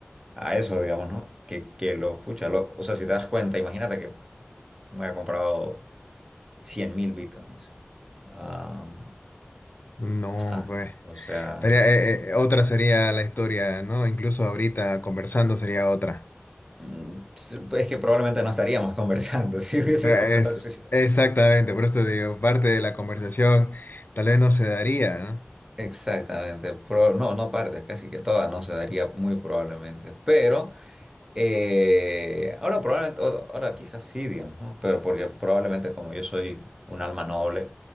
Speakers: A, on the right; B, on the left.
A: a eso, digamos, ¿no? Que, que lo, pucha, lo- o sea, si te das cuenta, imagínate que me había comprado 100.000 bitcoins. Am,
B: No,
A: ajá,
B: pues.
A: o sea,
B: Estaría- eh, eh, otra sería la historia, ¿no? Incluso ahorita conversando sería otra.
A: mm, es que probablemente no estaríamos conversando <laughs> si hubiese
B: Es,
A: comprado así.
B: exactamente, por eso digo, parte de la conversación tal vez no se daría, ¿no?
A: Exactamente, pro- no, no parte, casi que toda no se daría muy probablemente, pero eh, ahora probablemente, o- ahora quizás sí, digamos, ¿no? Pero porque probablemente como yo soy un alma noble,